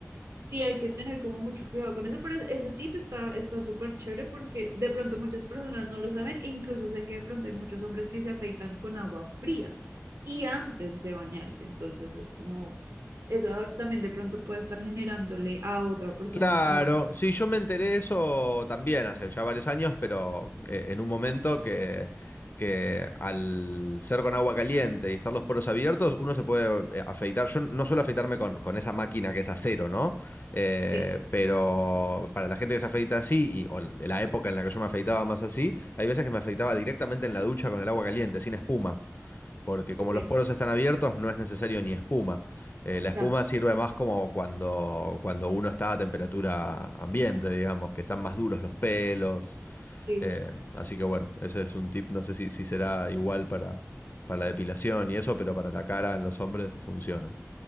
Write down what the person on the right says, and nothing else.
Sí, hay que tener como mucho cuidado con eso, pero es- ese tip está está súper chévere porque de pronto muchas personas no lo saben e incluso sé que de pronto hay muchos hombres que se afeitan con agua fría y antes de bañarse, entonces es como eso también de pronto puede estar generándole a otra persona
algo.
Sí,
ok,
ya,
sí.